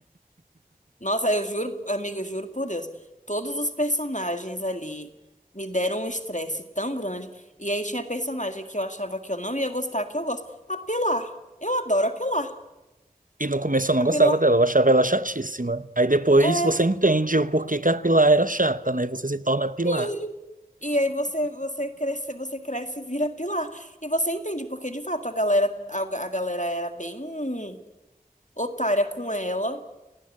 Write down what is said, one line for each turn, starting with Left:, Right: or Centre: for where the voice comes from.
Left: Nossa, eu juro, amigo, eu juro por Deus. Todos os personagens ali me deram um estresse tão grande. E aí tinha personagem que eu achava que eu não ia gostar, que eu gosto. A Pilar. Eu adoro a Pilar.
Right: E no começo eu não
Left: A
Right: gostava
Left: Pilar.
Right: dela, eu achava ela chatíssima. Aí depois
Left: É.
Right: você entende o porquê que a Pilar era chata, né? Você se torna a Pilar.
Left: Sim. E aí você você cresce, você cresce e vira pilar. E você entende porque de fato a galera a, a galera era bem otária com ela